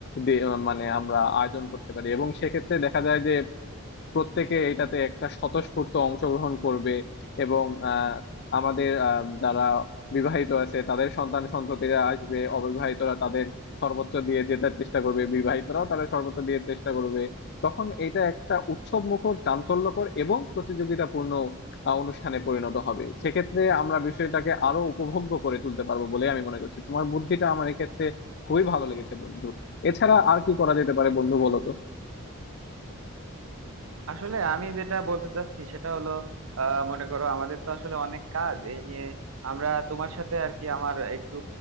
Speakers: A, on the left (about 50°); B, on the right (about 70°).
A: দে- মানে আমরা আয়োজন করতে পারি এবং সেক্ষেত্রে দেখা যায় যে প্রত্যেকে এটাতে একটা স্বতঃস্ফূর্ত অংশগ্রহণ করবে এবং আহ, আমাদের আহ, যারা বিবাহিত আছে তাদের সন্তান সন্ততিরা আসবে অবিবাহিতরা তাদের সর্বোচ্চ দিয়ে জেতার চেষ্টা করবে বিবাহিতরাও তাদের সর্বোচ্চ দিয়ে চেষ্টা করবে তখন এটা একটা উৎসব মুখর চাঞ্চল্যকর এবং প্রতিযোগিতাপূর্ণ আহ, অনুষ্ঠানে পরিণত হবে সেক্ষেত্রে আমরা বিষয়টাকে আরো উপভোগ্য করে তুলতে পারবো বলে আমি মনে করছি তোমার বুদ্ধিটা আমার এক্ষেত্রে খুবই ভালো লেগেছে বন্ধু এছাড়া আর কি করা যেতে পারে বন্ধু বলো তো
B: আসলে আমি যেটা বলতে চাচ্ছি সেটা হলো আহ, মনে করো আমাদের তো আসলে অনেক কাজ এই নিয়ে আমরা তোমার সাথে আর কি আমার একটু